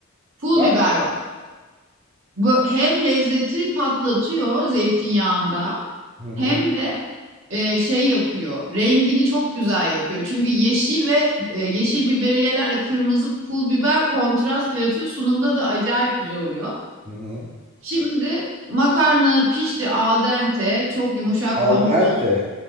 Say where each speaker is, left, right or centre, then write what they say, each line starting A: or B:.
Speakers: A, on the right (about 65°); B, on the right (about 30°).
A: pul
B: bak.
A: biber var. Bu hem lezzeti patlatıyor zeytinyağında
B: Hı hı,
A: hem de e, şey yapıyor. Rengini çok güzel yapıyor. Çünkü yeşil ve e, yeşil biberiyelerle kırmızı pul biber kontrast yaratıyor. Sunumda da acayip güzel oluyor.
B: hı hı.
A: Şimdi makarna pişti al dente. Çok yumuşak
B: Al
A: hamur
B: dente.
A: ol.